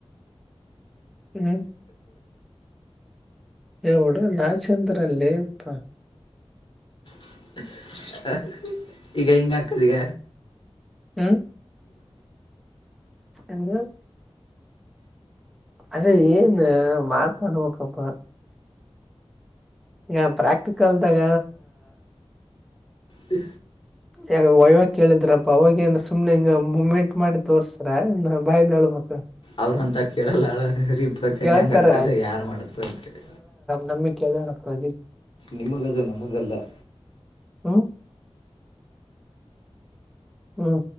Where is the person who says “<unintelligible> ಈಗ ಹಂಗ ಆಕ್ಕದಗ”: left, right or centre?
Left